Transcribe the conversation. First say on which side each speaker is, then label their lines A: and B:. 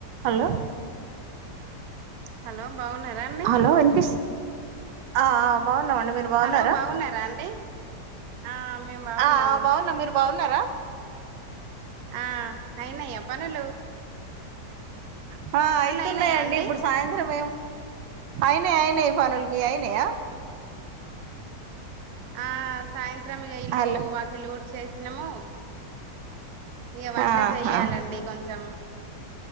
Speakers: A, on the right; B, on the right.
A: హలో
B: హలో బాగున్నారా అండి
A: హలో వినిపిస్ ఆ ఆ బాగున్నామండి మీరు బాన్నారా
B: హలో బాగున్నారా అండి ఆ మేము బాగున్నాం
A: ఆ ఆ బాగున్నాం మీరు బాగున్నారా
B: ఆ అయినాయ పనులు
A: హా అయితున్నాయండి
B: పనులు అయినాయా అండి
A: ఇబ్బుడు సాయంత్రం ఐనాయ్ అయినాయ్ ఫనులు మీవి అయినయా
B: ఆ సాయంత్రం ఇగ ఇల్లు
A: అలా
B: వాకిల్లు ఊడ్చేసినాము ఇగ వంట
A: ఆహా
B: జెయ్యాలండి కొంచెం